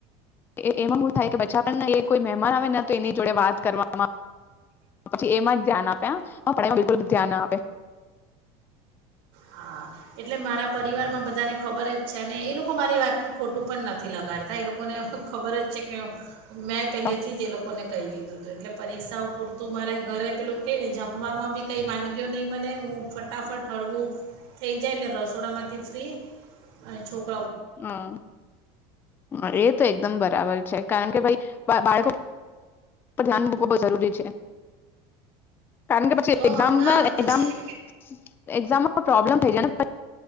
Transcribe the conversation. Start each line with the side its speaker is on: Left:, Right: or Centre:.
Left: એ એમાં <unintelligible> થ કે બા પણને એ કોઈ મહેમાન આવે ના તો એની જોડે વાત કરવામાં આવે પછી એમાં <unintelligible> ધ્યાન આપે હા આપને બિલકુલ ધ્યાન ના આપે.
Right: હા એટલે મારા પરિવારમાં બધાને ખબર જ છે અને એ લોકો મારી વાતનું ખોટું પણ નથી લગાડતા એ લોકોને ખબર જ છે કે મેં પહેલેથી
Left: તો
Right: જ એ લોકોને કઈ ગીધું એટલે પરીક્ષાઓ પૂરતું મારે ઘરે પેલું કે ને જમ રમવામાં બી કંઈ વાનગીઓ નહીં બને હું ફટાફટ થળવુંક થઈ જાય એટલે રસોડામાં કે ફ્રી <unintelligible> અને છોકરી
Left: હમ <unintelligible> હ એ તો એકદમ બરાબર છે કારણ કે ભાઈ બાળકો પણ ધ્યાન બૂકો બહુ જરૂરી છે <unintelligible> કારણ કે પછી
Right: તો
Left: એઝામમાં
Right: હમણાં પછી
Left: એામમાં પ્રોબ્લેમ થઈ જાય